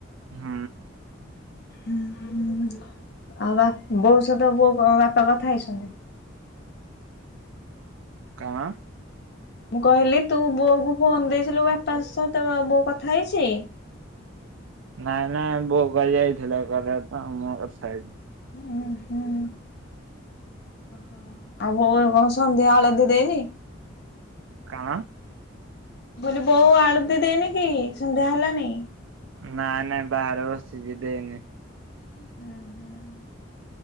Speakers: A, on the right; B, on the left.
A: ହୁଁ।
B: ହଁ ଆଉ ବା ବୋଉ ସହିତ ବୋଉ ବାପା କଥା ହେଇଛନ୍ତି?
A: କଣ?
B: ମୁଁ କହିଲି ତୁ ବୋଉ କୁ ଫୋନ ଦେଇଥିଲୁ ବାପା ସହ କେ ବୋଉ କଥା ହେଇଛି?
A: ନାଇଁ ନାଇଁ ବୋଉ କାଲି ଯାଇଥିଲା କୁଆଡ଼େ ତ ମୋ କଥା ହେଇଛିି।
B: ହୁଁ, ହୁଁ। ଓ ଆଉ ବୋଉ ଆଉ କଣ ସନ୍ଧ୍ୟା ଆଳତୀ ଦେଇନି?
A: କଣ?
B: ମୁଁ କହିଲି ବୋଉ ଆଳତୀ ଦେଇନି କି ସନ୍ଧ୍ୟା ହେଲାନି?
A: ନାଇଁ, ନାଇଁ ବାହାରେ ବସିଛି ଦେଇନି।
B: ହୁଁ, ହୁଁ।